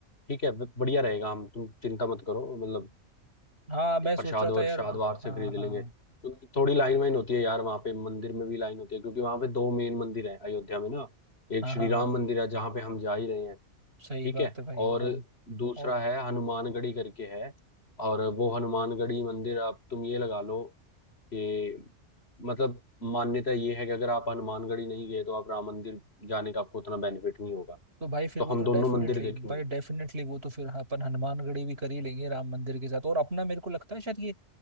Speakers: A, on the left; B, on the right.
A: ठीक है ब- बढ़िया रहेगा हम तुम चिंता मत करो मतलब
B: हाँ मैं सोच
A: प्रसाद
B: रहा
A: और
B: था यार
A: श्राद्ध बाहर से
B: हाँ
A: खरीद लेंगे
B: हाँ
A: क्योंकि थोड़ी लाइन वाइन होती है यार वहाँ पे मंदिर में भी लाइन होती है क्योंकि वहाँ पे दो मेन मंदिर है अयोध्या में ना एक
B: हाँ
A: श्री
B: हाँ
A: राम
B: हाँ
A: मंदिर है जहाँ पे हम जा ही रहे हैं
B: सही
A: ठीक
B: बात
A: है
B: है भाई
A: और
B: हाँ।
A: दूसरा
B: और
A: है हनुमानगढ़ी करके है और वो हनुमानगढ़ी मंदिर आप तुम ये लगा लो कि मतलब मान्यता ये है कि अगर आप हनुमानगढ़ी नहीं गए तो आप राम मंदिर जाने का आपको उतना बेनिफिट नहीं होगा
B: तो भाई फिर
A: तो
B: वो
A: हम
B: तो
A: दोनों
B: डेफिनेटली
A: मंदिर देखेंगे
B: भाई डेफिनेटली वो तो फिर अपन हनुमानगढ़ी भी कर ही लेंगे राम मंदिर के साथ और अपना मेरे को लगता है शायद ये